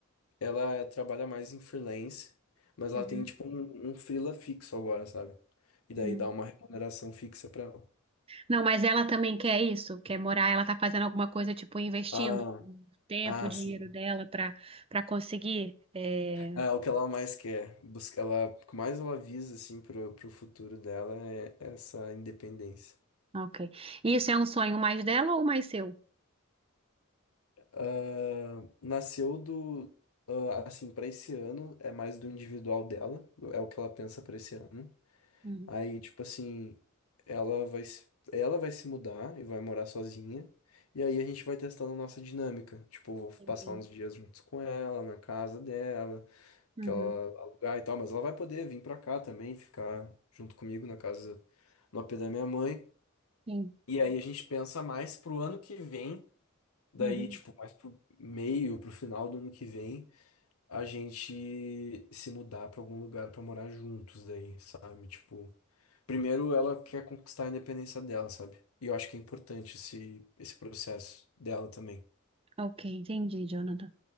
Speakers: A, on the left; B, on the right.
A: ela trabalha mais em freelance, mas ela
B: Uhum.
A: tem tipo um, um freela fixo agora, sabe? E daí
B: Uhum.
A: dá uma remuneração fixa pra ela.
B: Não, mas ela também quer isso, quer morar, ela tá fazendo alguma coisa, tipo, investindo
A: Ah,
B: tempo,
A: ah,
B: dinheiro
A: sim.
B: dela para para conseguir. É...
A: é o que ela mais quer, busca, ela, o que mais ela visa assim pro, pro futuro dela é essa independência.
B: Ok. Isso é um sonho mais dela ou mais seu?
A: Ah, nasceu do. ah, assim, pra esse ano, é mais do individual dela, é o que ela pensa pra esse ano.
B: Uhum.
A: Aí, tipo assim, ela vai, se- ela vai se mudar e vai morar sozinha. E aí a gente vai testando a nossa dinâmica. Tipo, vou
B: Entendi.
A: passar uns dias juntos com ela, na casa dela,
B: Uhum,
A: que ela alugar e tal, mas ela vai poder vir pra cá também, ficar junto comigo na casa, no AP da minha mãe.
B: sim.
A: E aí a gente pensa mais pro ano que vem Daí,
B: Uhum.
A: tipo, mais pro meio, pro final do ano que vem, a gente se mudar pra algum lugar pra morar juntos daí, sabe? Tipo, primeiro ela quer conquistar a independência dela, sabe? E eu acho que é importante esse, esse processo dela também.
B: Ok, entendi, Jonathan.